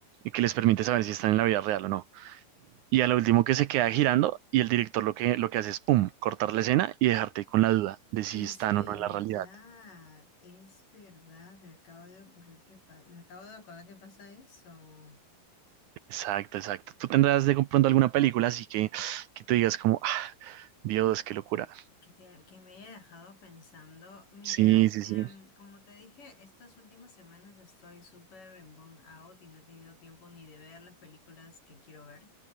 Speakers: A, on the right; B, on the left.
A: que les permite saber si están en la vida real o no. Y a lo último que se queda girando y el director lo que, lo que hace es, pum, cortar la escena y dejarte con la duda de si
B: Es
A: están
B: verdad,
A: o no en la realidad.
B: es verdad, me acabo de ocurrir que pa- me acabo de acordar que pasa eso.
A: Exacto, exacto. Tú tendrás de pronto alguna película así que, que tú digas como, Dios, qué locura.
B: Que, te- que me haya dejado pensando. Mira,
A: Sí, sí,
B: em,
A: sí.
B: como te dije, estas últimas semanas estoy súper en burnout y no he tenido tiempo ni de ver las películas que quiero ver.